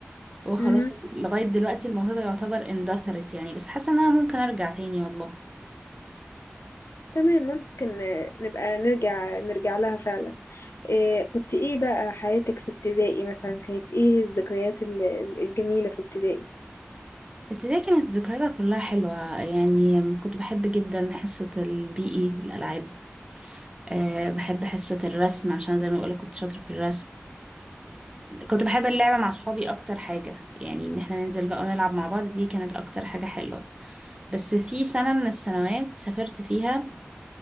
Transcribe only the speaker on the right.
وخلاص
لغاية دلوقتي الموهبة يعتبر اندثرت يعني بس حاسة انها ممكن ارجع تاني والله
ابتدائي كانت ذكرياتها كلها حلوة يعني كنت بحب جدا حصة البي اي الألعاب أه بحب حصة الرسم عشان زي ما بقولك كنت شاطرة في الرسم كنت بحب اللعبة مع صحابي أكتر حاجة يعني إن احنا ننزل بقى ونلعب مع بعض دي كانت أكتر حاجة حلوة بس في سنة من السنوات سافرت فيها